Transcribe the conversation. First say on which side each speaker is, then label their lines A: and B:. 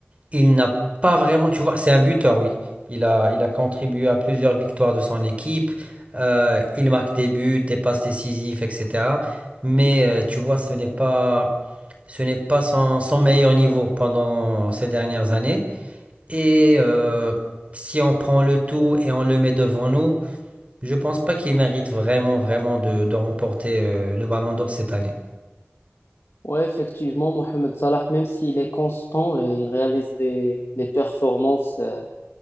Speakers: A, on the right; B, on the left.
A: il n'a pas vraiment, tu vois, c'est un buteur, oui. Il a, il a contribué à plusieurs victoires de son équipe. Euh, il marque des buts, des passes décisives, etc. Mais euh, tu vois, ce n'est pas, ce n'est pas son son meilleur niveau pendant ces dernières années. Et euh, si on prend le tout et on le met devant nous, je pense pas qu'il mérite vraiment, vraiment de, de remporter euh, le Ballon d'Or cette année.
B: Oui, effectivement, Mohamed Salah, même s'il est constant, euh, il réalise des, des performances euh,